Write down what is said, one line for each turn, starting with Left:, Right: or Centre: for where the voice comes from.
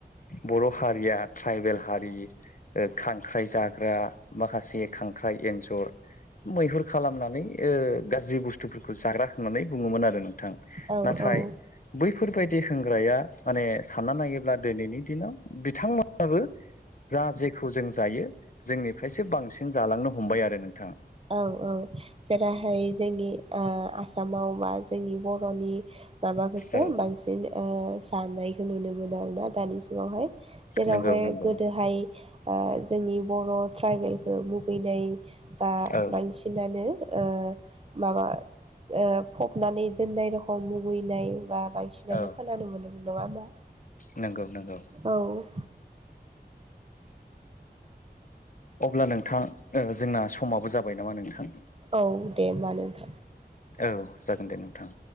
Left: बर' हारिया ट्राइबेल हारि ओ खांख्राइ जाग्रा माखासे खांख्राइ एन्जर मैहुर खालामनानै ओ गाज्रि बुस्थुफोरखौ जाग्रा होननानै बुङोमोन आरो नों थां
Right: औ
Left: नाथाय
Right: औ
Left: बैफोरबायदि होनग्राया माने सानना नायोब्ला दिनैनि दिनाव बिथांमोनहाबो जा जेखौ जों जायो जोंनिफ्रायसो बांसिन जालांनो हमबाय आरो नों
Right: औ औ जेराहाय जोंनि आ आसामाव माव मा जोंनि बर'नि माबाखौसो
Left: औ
Right: बांसिन जानाय खो नुनो मोनो आरोना दानि जुगावहाय। जेरावहाय
Left: नंगौ नंगौ
Right: गोदोहाय ओ जोंनि बर' ट्राइबेलखौ मुगैनाय बा
Left: औ
Right: बांसिनानो ओ माबा ओ फबनानै दोननाय रखम मुगैनाय बा बांसिनानो
Left: औ
Right: खोनानो मोनोमोन नङा होमबा
Left: नंगौ नंगौ
Right: औ
Left: अब्ला नोंथां ओ जोंना समाबो जाबा बाय नामा नोंथां
Right: औ दे होमबा नोंथां
Left: औ जागोन दे नोंथां